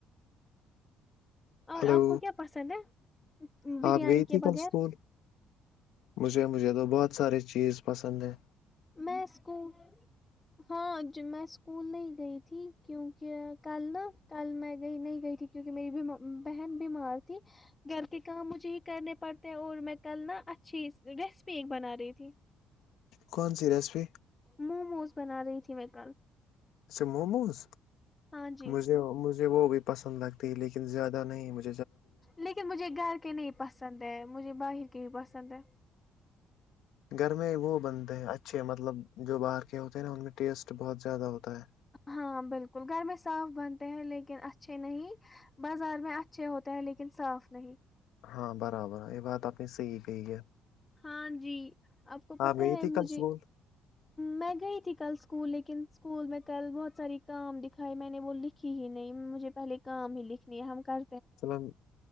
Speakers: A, on the left; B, on the left.
A: اور
B: ہلو
A: آپ کو کیا پسند ہے بریانی
B: آپ گئی
A: کے
B: تھی کل
A: بغیر
B: اسکول مجھے مجھے تو بہت سارے چیز پسند ہیں
A: میں اسکول ہاں میں اسکول نہیں گئی تھی کیونکہ کل نا کل میں گئی نہیں گئی تھی کیونکہ میری بہن بیمار تھی گھر کے کام مجھے ہی کرنے پڑتے ہیں اور میں کل نا اچھی ریسپی ایک بنا رہی تھی
B: کون سی ریسپی
A: م موز بنا رہی تھی میں کل
B: اچھا موموز
A: ہاں جی
B: مجھے مجھے وہ گ پسند لگتی ہے لیکن زیادہ نہیں مجھ
A: لیکن مجھے گھر کے نہیں پسند ہے مجھے باہی کے ہی پسند ہے
B: گر میں وہ بنتے ہیں اچھے مطلب جو باہر کے ہوتے ہیں نا ان میں ٹیسٹ بہت زیادہ ہوتا ہے
A: ہاں بالکل گھر میں صاف بنتے ہیں لیکن اچھے نہیں بازار میں اچھے ہوتے ہیں لیکن صاف نہیں
B: ہاں برابر یہ بات نے صحیح کہی ہے
A: ہاں جی آپ کو پت
B: گئی
A: ہے
B: تھی
A: مجھے
B: کل اسکول
A: میں گئی تھی کل اسکول لیکن اسکول میں کل بہت ساری کام دکھائی میں نے وہ لکھی ہی نہیں مجھے پہلے کام ہی لکھنی ہے ہم کر
B: چلو